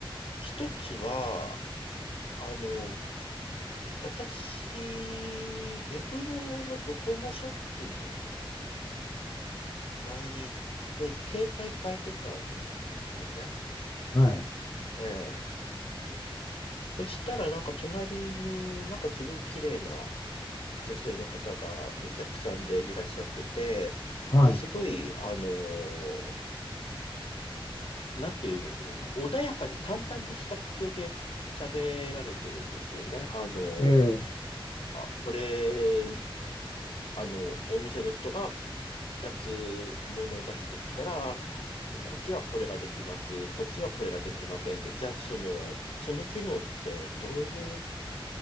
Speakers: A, on the left; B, on the left.
A: 一つは、あの、私、目黒のドコモショップに前に行って、携帯変えてたんですよね。
B: はい。
A: ええ。そしたらなんか隣になんかすごい綺麗な女性の方がお客さんでいらっしゃってて、
B: は
A: で、すごい、あの、なんて言うんですか、お穏やかで淡々とした口調で喋られてるんですよね。あの、
B: い。ええ。
A: あ、これあの、お店の人が二つものを出してきたら、こっちはこれができます、こっちはこれができませんって、じゃあその、その機能ってどういう